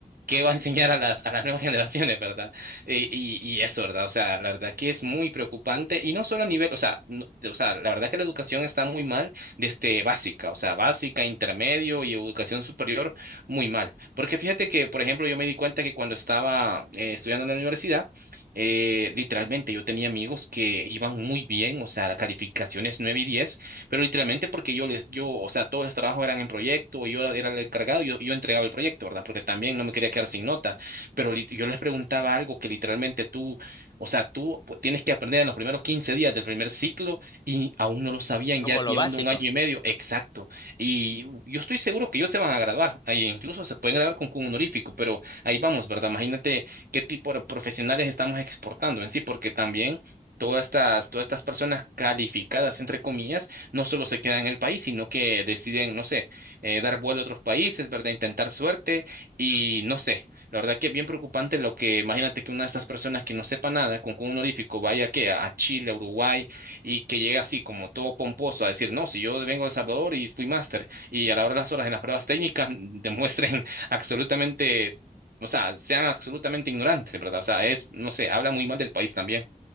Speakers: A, on the right; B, on the left.
A: ¿qué va a enseñar a las, a las nuevas <laughs> generaciones, ¿verdad? Y, y, y eso, ¿verdad? O sea, la verdad que es muy preocupante y no solo a nivel, o sea, no- o sea, la verdad que la educación está muy mal desde básica, o sea, básica, intermedio y educación superior, muy mal. Porque fíjate que, por ejemplo, yo me di cuenta que cuando estaba eh, estudiando en la universidad, eh, literalmente yo tenía amigos que iban muy bien, o sea, calificaciones 9 y 10, pero literalmente porque yo les, yo, o sea, todos los trabajos eran en proyecto y yo era el encargado y yo, yo entregaba el proyecto, ¿verdad? Porque también no me quería quedar sin nota pero lit- yo les preguntaba algo que literalmente tú, o sea, tú pu- tienes que aprender en los primeros 15 días del primer ciclo y aún no lo sabían,
B: Como
A: ya
B: lo
A: llevando
B: básico.
A: un año y medio, exacto. Y uh, yo estoy seguro que ellos se van a graduar, ahí incluso se pueden graduar con, con honorífico, pero ahí vamos, ¿verdad? Imagínate qué tipo de profesionales estamos exportando en sí, porque también... Todas estas, todas estas personas calificadas, entre comillas, no solo se quedan en el país, sino que deciden, no sé, eh, dar vuelo a otros países, ¿verdad? Intentar suerte y no sé, la verdad que es bien preocupante lo que, imagínate que una de estas personas que no sepa nada, con, con un honorífico, vaya que a, a Chile, a Uruguay, y que llegue así como todo pomposo a decir, no, si yo vengo de El Salvador y fui máster, y a la hora de las horas en las pruebas técnicas demuestren <laughs> absolutamente, o sea, sean absolutamente ignorantes, ¿verdad? O sea, es, no sé, habla muy mal del país también.